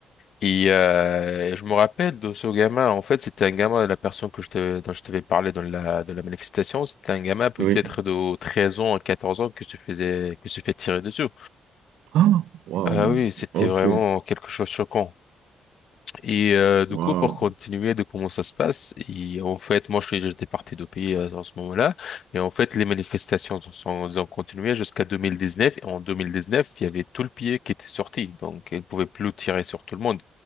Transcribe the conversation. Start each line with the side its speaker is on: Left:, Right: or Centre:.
Left: Et euh, je me rappelle de ce gamin. En fait, c'était un gamin, la personne que je te, dont je t'avais parlé dans la, de la manifestation, c'était un gamin peut-être
Right: Oui.
Left: de 13 ans à 14 ans que se faisait, que se fait tirer dessus.
Right: Ah, waouh.
Left: Ah oui, c'était
Right: OK.
Left: vraiment quelque chose de choquant. Et euh, du
Right: Waouh.
Left: coup, pour continuer de comment ça se passe, et en fait, moi, je suis j'étais parti de pays euh, en ce moment-là, et en fait, les manifestations se sont, ont continué jusqu'à 2019. Et en 2019, il y avait tout le pays qui était sorti, donc ils ne pouvaient plus tirer sur tout le monde.